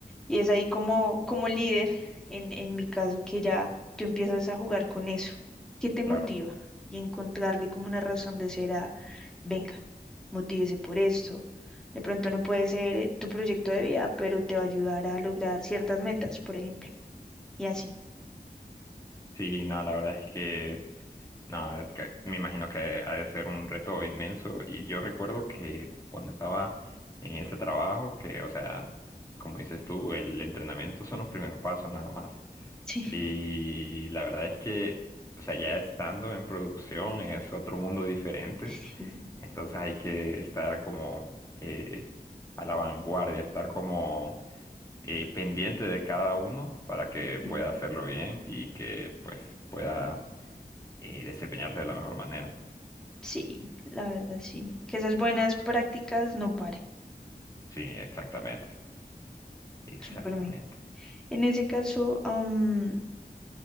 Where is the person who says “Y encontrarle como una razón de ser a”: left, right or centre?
Centre